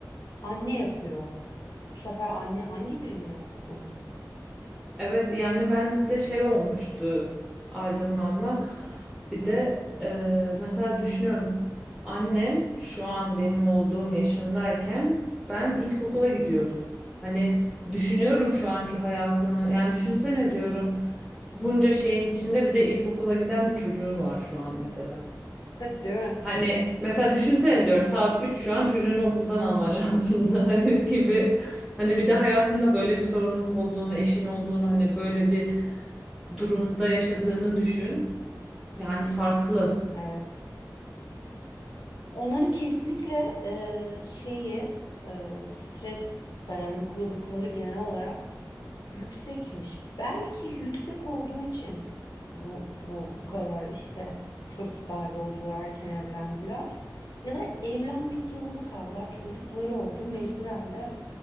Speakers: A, on the left; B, in the centre.
A: anne yapıyor. Bu sefer anne hangi birini yapsın?
B: Evet yani ben de şey olmuştu aydınlanma. Bir de e, mesela düşünüyorum annem şu an benim olduğum yaşındayken ben ilkokula gidiyordum. Hani düşünüyorum şu anki hayatımı yani düşünsene diyorum bunca şeyin içinde bir de ilkokula giden bir çocuğun var şu an mesela.
A: <laughs> Değil mi?
B: Hani mesela düşünsene diyorum saat 3 şu an çocuğunu okuldan alman lazımdı <laughs> hani gibi. Hani bir de hayatında böyle bir sorumluluk olduğunu, eşin olduğunu, hani böyle bir durumda yaşadığını düşün. Yani farklı.
A: Evet. Onların kesinlikle eee, şeyi eee, stres dayanıklılıkları genel olarak yüksekmiş. Belki yüksek olduğu için bu bu bu kadar işte çocuk sahibi oldular, erken evlendiler ya da evlenmek zorunda kaldılar. Çocukları oldu, mecburen de